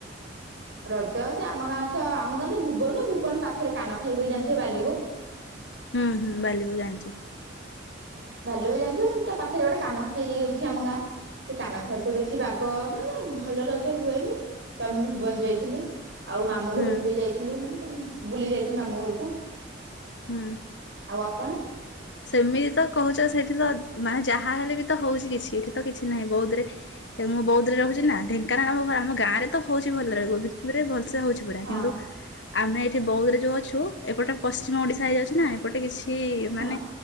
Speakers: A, on the right (about 70°); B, on the left (about 65°).
A: ରଜ ସେ ଆମ ଗାଁ ତ ଆମ ଗାଁ ତ ଭୁବନ ନା ଭୁବନ ପାଖରେ କାନ ଖାଇବ ବୋଲି ଜାଣିଥିବ ବାଲିିବୁ।
B: ହୁଁ ହୁଁ ବାଲିବ ଜାଣିଛି।
A: ବାଲୁ ବି ଜାଣିଥିବ କିନ୍ତୁ ତା ପାଖରେ ଗୋଟେ କାନ ଖାଇ ଅଛି ଆମ ଗାଁ। ସେ କାନ ଖାଇାରେ ତ ବେଶୀ ବାଗ ମାନେ ଭଲ ରଜ ହୁଏନି ତ ଆମେ ଭୁବନ ଯାଇଥିଲୁ। ଆଉ ମାମୁଁ
B: ହୁଁ
A: ଘରକୁ ବି ଯାଇ ମୁ ମାନେ ବୁଲି ଯାଇଥିଲି ମାମୁଁ ଘରକୁ।
B: ହୁଁ।
A: ଆଉ ଆପଣ?
B: ସେମିତି ତ କହୁଛ ସେଠି ତ ମାନେ ଯାହା ହେଲେ ବି ତ ହଉଛି କିଛି ଏଠି ତ କିଛି ନାହିଁ ବୌଧରେ ମୁଁ ବୌଦ୍ଧରେ ରହୁଛି ନା ଢେଙ୍କାନାଳ ଆମ ଘର ଆମ ଗାଁରେ ତ ହଉଛି ଭଲରେହୋରେ ଭଲ ହଉଛି ପୁରା
A: ହଁ
B: କିନ୍ତୁ ଆମେ ଏଠି ବୌଦ୍ଧରେ ଯୋଉ ଅଛୁ ଏପଟ ପଶ୍ଚିମ ଓଡିଶା ହେଇଯାଉଛି ନା ଏପଟେ କିଛି
A: ହଁ
B: ମାନେ